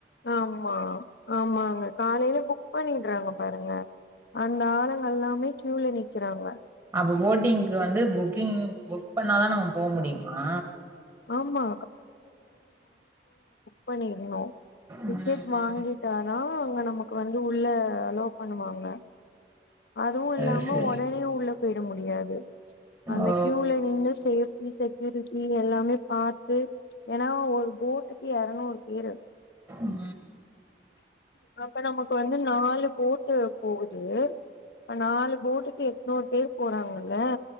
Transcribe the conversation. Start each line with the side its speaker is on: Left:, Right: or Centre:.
Left: ஆமா ஆமாங்க காலையில புக் பண்ணி ட்றாங்க பாருங்க அந்த ஆளுங்கள்ல்லாமே கியூல நிக்கிறாங்களா
Right: அப்போ போட்டிங்க்கு வந்து புக்கிங் புக் பண்ணா தா நம்ம ம் போ முடியுமா
Left: ஆமா பண்ணியிற்ணு டிக்கெட்
Right: ம்
Left: வாங்கிட்டா
Right: ம்
Left: தா அங்க நமக்கு வந்து உள்ள அலோ பண்ணுவாங்க அதுவு இல்லாம
Right: அது சரி
Left: ஒடனே உள்ள போயி ட முடியாது அந்த
Right: ஓ
Left: கியூல நீங்க சேஃப்டி செக் <unintelligible> நீங்க எல்லாமே பாத்து ஏன்னா ஒரு போட்டுக்கு எரநூறு பேரு
Right: ம்
Left: அப்ப நமக்கு வந்து நாலு போட்டு போகுது அ நாலு போட்டுக்கு எட்நூறு பேர் போறாங்கல்ல